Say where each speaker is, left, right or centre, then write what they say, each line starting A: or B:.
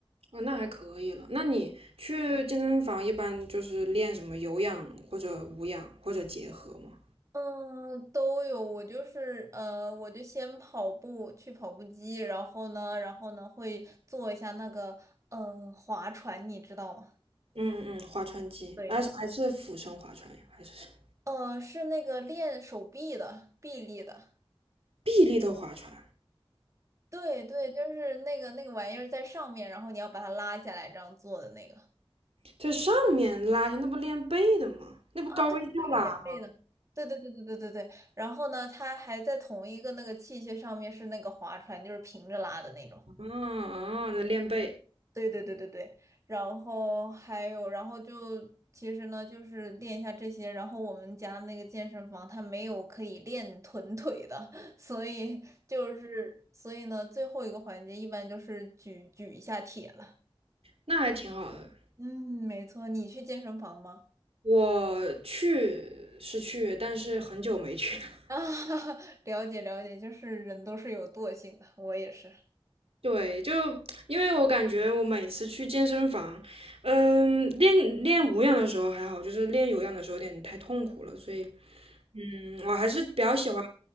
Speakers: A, on the right; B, on the right.
A: 哦，那还可以了。那你去健身房一般就是练什么有氧或者无氧或者结合吗？
B: 嗯，都有。我就是呃，我就先跑步，去跑步机，然后呢，然后呢会做一下那个呃划船，你知道吗？
A: 嗯嗯嗯划船机，
B: 对，
A: 啊还是俯身划船呀，还是什么
B: 呃，是那个练手臂的，臂力的。
A: 臂力的划船，
B: 对对，就是那个那个玩意儿在上面，然后你要把它拉下来，这样做的那个。
A: 在上面拉下，那不练背的吗？那不高位下拉吗？
B: 啊，对，就是这类的。对对对对对对对。然后呢，它还在同一个那个器械上面是那个划船，就是平着拉的那种。
A: 嗯嗯，那练背，
B: 对对对对对，然后还有，然后就其实呢，就是练一下这些。然后我们家那个健身房它没有可以练臀腿的，<laughs> 所以就是所以呢，最后一个环节一般就是举举一下铁了。
A: 那还挺好的。
B: 嗯，没错，你去健身房吗？
A: 我去是去，但是很久没去了。
B: <laughs> 啊，
A: <laughs>
B: 了解了解，就是人都是有惰性的，我也是。
A: 对，就因为我感觉我每次去健身房，嗯，练练无氧的时候还好，就是练有氧的时候有点太痛苦了，所以嗯，我还是比较喜欢，